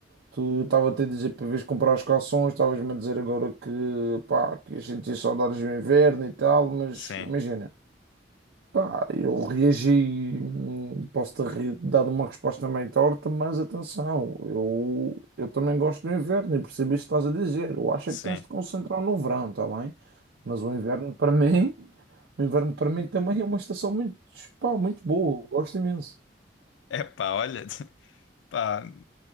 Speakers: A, on the right; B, on the left.
A: Tu estava-te a dizer para vez comprar os calções, estavas-me a dizer agora que, pá, que a gente ia sentir saudades do inverno e tal, mas
B: Sim.
A: imagina, pá, eu reagi, hum, posso ter re- dado uma resposta meio torta, mas atenção, eu, eu também gosto do inverno e percebi isto que estás a dizer. Eu acho
B: Sim.
A: é que tens de concentrar no verão, está bem? Mas o inverno para mim, o inverno para mim também é uma estação muito, pá, muito boa, eu gosto imenso.
B: Epá, olha, <laughs> pá,